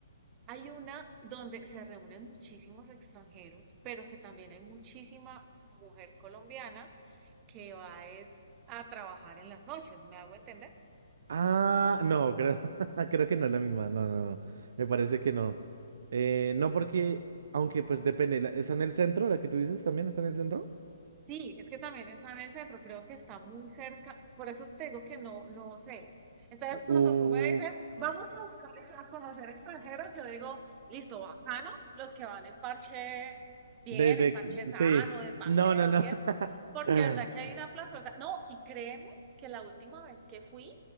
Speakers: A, on the right; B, on the right.
A: Hay una donde se reúnen muchísimos extranjeros, pero que también hay muchísima mujer colombiana que va es a trabajar en las noches, ¿me hago entender?
B: Ah, no, creo, <laughs> creo que no es la misma. No, no, no. Me parece que no. Eh, no, porque, aunque pues depende. la- ¿Está en el centro? ¿La que tú dices también está en el centro?
A: Sí, es que también está en el centro, creo que está muy cerca, por eso te digo que no, no sé. Entonces,
B: Uh,
A: cuando tú me dices, vamos a buscar ex- a conocer extranjeros, yo digo, listo, bacano, los que van en parche bien,
B: de, de,
A: en parche sano,
B: sí.
A: de paseo
B: No, no, no.
A: y eso, porque
B: <laughs>
A: de verdad que hay una plaza, ¿verdad? No, y créeme que la última vez que fui,